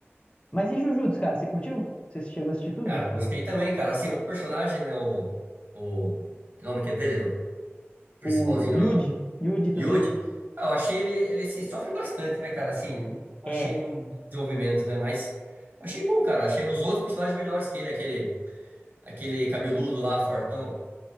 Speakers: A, on the left; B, on the right.
A: Mas e Jujutsu, cara? Você curtiu? Você chegou a assistir tudo?
B: Cara, gostei também, cara. Assim, o personagem, né? O, o que nome que é dele, do principalzinho,
A: O Yuji,
B: o
A: Yuji Itadori.
B: Yuji. Ah, Eu achei ele, ele assim, sofre bastante, né, cara? Assim, não achei
A: É.
B: um desenvolvimento, né? Mas achei bom, cara. Achei os outros personagens melhores que ele, aquele, aquele cabeludo lá, fortão,